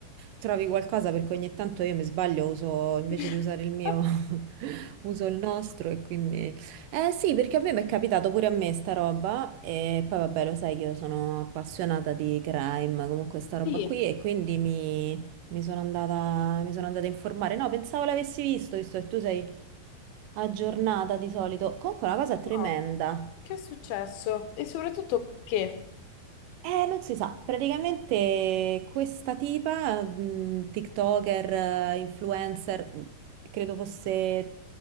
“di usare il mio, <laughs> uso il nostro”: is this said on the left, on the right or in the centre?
Right